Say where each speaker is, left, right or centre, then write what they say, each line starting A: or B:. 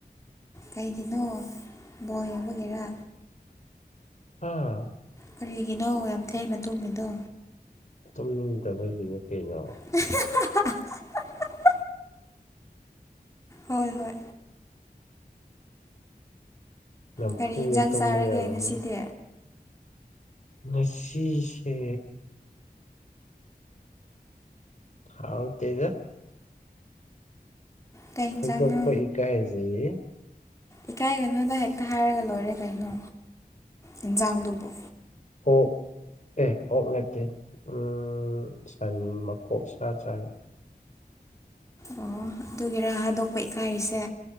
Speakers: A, on the left; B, on the left.
A: ꯀꯩꯒꯤꯅꯣ ꯕꯣꯜ ꯌꯦꯡꯕꯒꯤꯔꯥ
B: ꯍꯥ
A: ꯀꯔꯤꯒꯤꯅꯣ ꯌꯥꯝ ꯊꯦꯡꯅ ꯇꯨꯝꯃꯤꯗꯣ
B: ꯇꯨꯝꯅꯤꯡꯗꯕꯒꯤꯅꯤ ꯀꯩꯅꯣ
A: <inaudible> ꯍꯣꯏ ꯍꯣꯏ
B: ꯅꯝꯐꯨꯗ
A: ꯒꯥꯔꯤ ꯌꯦꯟꯖꯥꯡ
B: ꯇꯨꯝꯕ
A: ꯆꯥꯔꯒꯦ
B: ꯌꯥꯕꯅꯣ
A: ꯉꯁꯤꯗꯤ
B: ꯉꯁꯤꯁꯦ ꯍꯥꯎꯇꯦꯗ
A: ꯀꯩ ꯍꯤꯟꯖꯥꯡꯅꯣ
B: ꯍꯥꯏꯗꯣꯛꯄ ꯏꯀꯥꯏꯖꯩꯌꯦ
A: ꯏꯀꯥꯏꯒꯅꯨꯗ ꯍꯦꯛꯇ ꯍꯥꯏꯔꯒ ꯂꯣꯏꯔꯦ ꯀꯩꯅꯣ ꯌꯦꯟꯖꯥꯡꯗꯨꯕꯨ
B: ꯑꯣꯛ ꯑꯦ ꯑꯣꯛ ꯅꯠꯇꯦ ꯎꯝ ꯁꯟ ꯃꯀꯣꯛ ꯁꯥ ꯆꯥꯏꯌꯦ
A: ꯑꯣ ꯑꯗꯨꯒꯤꯔꯥ ꯍꯥꯗꯣꯛꯄ ꯏꯀꯥꯏꯔꯤꯁꯦ